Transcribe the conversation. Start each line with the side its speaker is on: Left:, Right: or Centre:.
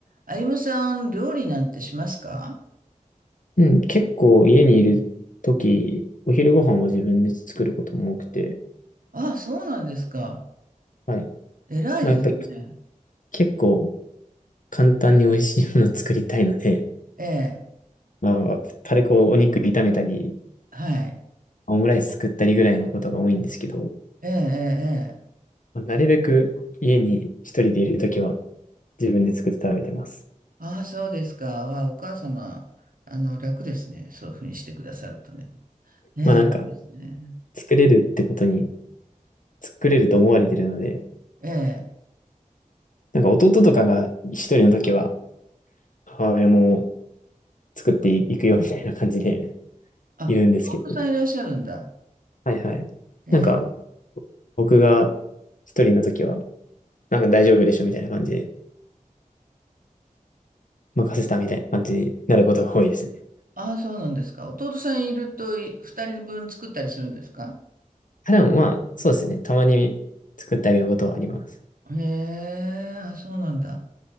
Right: あゆむさん、料理なんてしますか
Left: うん、結構家にいるとき、お昼ご飯は自分で作ることも多くて、
Right: あ、そうなんですか。
Left: はい。
Right: 偉いですね。
Left: まあやっぱり結構簡単に美味しいものを作りたいので、
Right: ええ、
Left: まあ軽くお肉炒めたり、
Right: はい。
Left: オムライス作ったりぐらいのことが多いんですけど、
Right: ええ、ええ、ええ。
Left: まあなるべく家に一人でいるときは自分で作って食べてます。
Right: ああ、そうですか。わあ、お母様、あの、楽ですね。そういうふうにしてくださるとね。ええ、
Left: まあなんか
Right: いいですね。
Left: 作れるってことに、作れると思われてるので、
Right: ええ。
Left: なんか弟とかが一人のときは母親も作っていくよみたいな感じで
Right: あ、
Left: いるんですけど、
Right: 弟さんいらっしゃるんだ。
Left: はいはい。
Right: ええ。
Left: なんか、僕が一人の時は、なんか大丈夫でしょみたいな感じで、任せたみたいな感じになることが多いですね。
Right: ああ、そうなんですか。弟さんいると、い二人分作ったりするんですか
Left: あでもまあ、そうですね。たまに作ってあげることはあります。
Right: へえ、あ、そうなんだ。